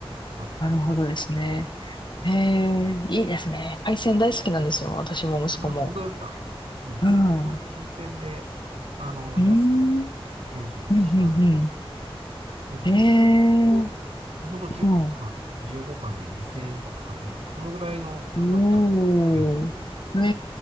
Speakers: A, on the right; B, on the left.
A: はい、
B: なるほどですね。
A: ありますね。
B: へえ、いいですね。海鮮大好きなんですよ。私も息子も。
A: あ、本当ですか。もう本当に新鮮で、
B: うん。う
A: あの、
B: ーん。
A: 安く、現地のお寿司堪能できるので、
B: うんうん
A: もう具体的に言うと、
B: うん。へえ、
A: 本当10貫、
B: うん。
A: 15貫で2000円とか3000円とか、そのぐらいの価格感で楽しめるので、
B: おー。へ